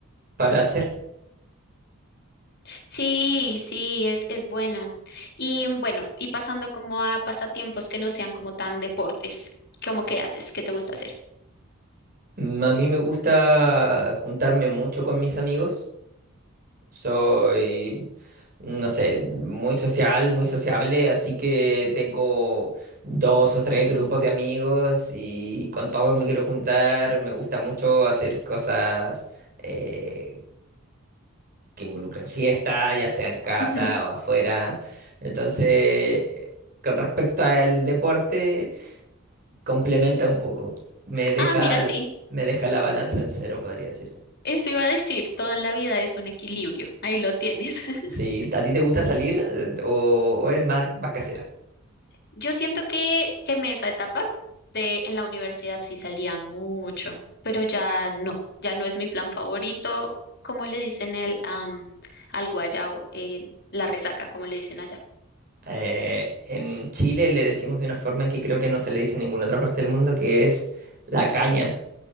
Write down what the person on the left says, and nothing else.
Sí, sí, es, es bueno. Y bueno, y pasando como a pasatiempos que no sean como tan deportes, ¿cómo que haces? ¿Qué te gusta hacer?
Ujú.
Ah, mira, sí,
eso iba a decir, todo en la vida es un equilibrio, ahí lo tienes. <laughs>
Yo siento que quemé esa etapa de en la universidad sí salía mucho, pero ya no, ya no es mi plan favorito, como le dicen el, am, al guayabo, eh, la resaca, como le dicen allá,